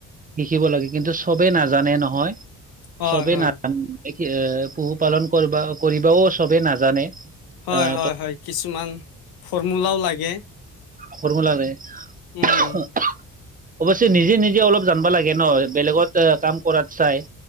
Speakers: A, on the right; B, on the left.
A: শিকিব লাগে কিন্তু চবে নাজানে নহয়।
B: হয়
A: চবে
B: হয়
A: নাজানে, এ পহুপালন কৰিব কৰিবাও চবে নাজানে।
B: হয়
A: আহ
B: হয়
A: ত
B: হয়, কিছুমান ফৰ্মৰ্মুলাও লাগে।
A: ফৰ্মু লে
B: উম
A: অৱশ্যে নিজে নিজে অলপ জানবা লাগে ন, বেলেগত কাম কৰাত চাই।